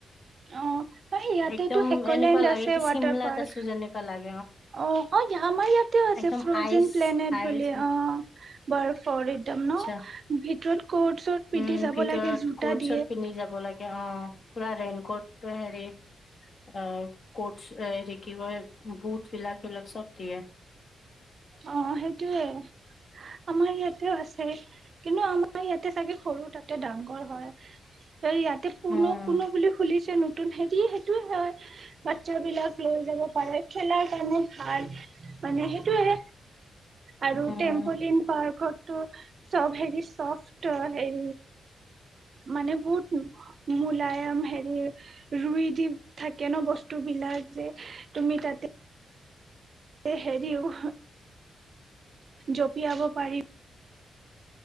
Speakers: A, on the right; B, on the left.
A: অ', ইয়াতেতো
B: একদম
A: হেকলেণ্ড
B: এনেকুৱা লাগে
A: আছে
B: কি
A: ৱাটাৰ
B: চিমলাত
A: পাৰ্ক
B: আছো যেনেকুৱা লাগে।
A: অ', - অ', আমাৰ ইয়াতে আছে
B: একদম
A: ফ্ৰজেন
B: আইচ
A: প্লেনেট
B: আইচ
A: বুলি অ', বাৰফৰ একদম
B: আচ্ছা
A: ন ভিতৰত ক'ৰ্ট চট পিন্ধি
B: উম
A: যাব
B: ভিতৰত
A: লাগে জোতা
B: কোট
A: দিয়ে।
B: চট পিন্ধি যাব লাগে অ পুৰা ৰেইনকোট হেৰি অ', কটচ হেৰি কি কয় বুট ফিলাকল চব দিয়ে।
A: অ ', সেইটোয়ে আমাৰ ইয়াতেও আছে কিন্তু আমাৰ ইয়াতে চাগে সৰু তাতে ডাঙগৰ হয়। ত ইয়াতে পুনো-
B: উম
A: পুনো বুলি খুলি নতুন হেৰি সেইটোয়ে হয়', বাচ্ছাবলাক লৈ যাব পাৰে খেলাৰ কাৰণে ভাল মানে সেইটোয়ে আৰু
B: উম
A: টেম্পলিন পাৰ্কতো চব হেৰি চফট হে মানে বহুত মূলায়ম হেৰি ৰুই দি থাকে ন বস্তু বিলাক যে তুমি তাতে হেৰিও, জঁপিয়াব পাৰি,